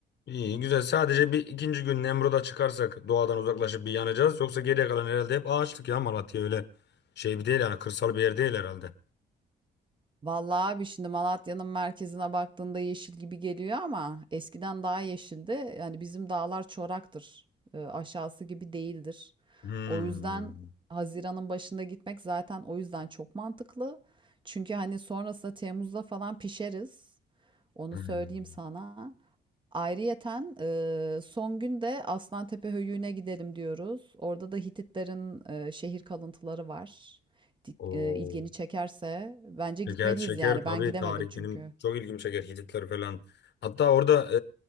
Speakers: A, on the left; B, on the right.
A: İyi güzel. Sadece bir ikinci gün Nemrut'a çıkarsak doğadan uzaklaşıp bir yanacağız. Yoksa geriye kalan herhalde hep ağaçlık ya Malatya öyle şey bir değil yani kırsal bir yer değil herhalde.
B: Vallahi abi şimdi Malatya'nın merkezine baktığında yeşil gibi geliyor ama eskiden daha yeşildi. Yani bizim dağlar çoraktır. E, aşağısı gibi değildir.
A: Hmm.
B: O yüzden Haziran'ın başında gitmek zaten o yüzden çok mantıklı. Çünkü hani sonrasında Temmuz'da falan pişeriz. Onu
A: Hmm.
B: söyleyeyim sana. Ayrıyeten eee, son gün de Aslantepe Höyüğü'ne gidelim diyoruz. Orada da Hititlerin eee, şehir kalıntıları var. Dik-
A: Oo.
B: eee, ilgini çekerse bence gitmeliyiz
A: Şeker şeker
B: yani.
A: tabii
B: Ben gidemedim
A: tarih
B: çünkü.
A: benim çok ilgimi çeker Hititler falan. Hatta orada